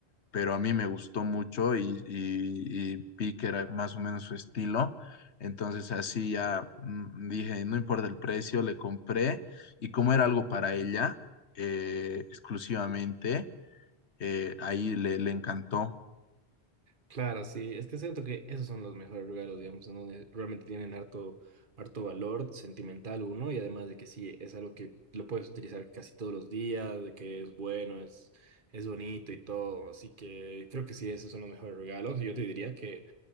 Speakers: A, on the left; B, on the right.
A: pero a mí me gustó mucho y, y, y vi que era más o menos su estilo. Entonces así ya mm, dije, no importa el precio, le compré y como era algo para ella eh, exclusivamente, eh, ahí le, le encantó.
B: Claro, sí, es que siento que esos son los mejores regalos, digamos, en donde realmente tienen harto, harto valor sentimental uno, y además de que sí, es algo que lo puedes utilizar casi todos los días, de que es bueno, es, es bonito y todo, así que creo que sí, esos son los mejores regalos, y yo te diría que